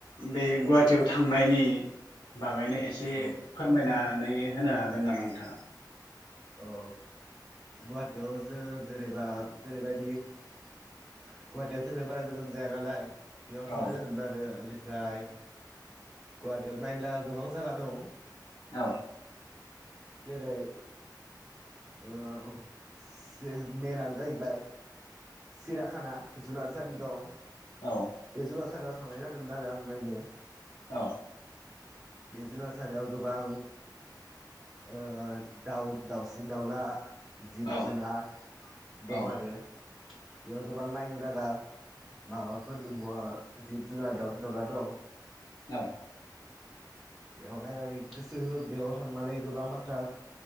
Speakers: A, on the left; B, in the centre.
A: बे गुवाहाटियाव थांनायनि बागैनो एसे
B: औ
A: फोरमायनानै होनो हागोन नामा नोंथाङा?
B: औ गुवाहाटीयाव जोङो जेरैबा जेरैबायदि गुवाहाटिया जोंनिफ्राय बारा गोजान जाया नालाय बेयाव
A: औ
B: थांनाय जादोंमोन आरो ओरै ओमफ्राय गुवाहाटियाव नायनो लागा गोबां जागा दं
A: औ
B: जेरै अ मेनानो जाहैबाय सिराखाना जुनारसालि दं।
A: औ
B: बे जुनारसालिआव थांनाय जादोंमोन आरो आं नायनो
A: औ
B: बे जुनारसालियाव गोबां ओ दाउ दाउसिन दाउला जिब
A: औ
B: जुनार
A: औ
B: दं आरो बेयाव गोबां नायनो लागा माबाफोर दंबो जिब जुनार दावसिन दाउला दं।
A: औ
B: बेयाव नायनानै गोसोहो बेयाव थांनानै गोबां बाथ्रा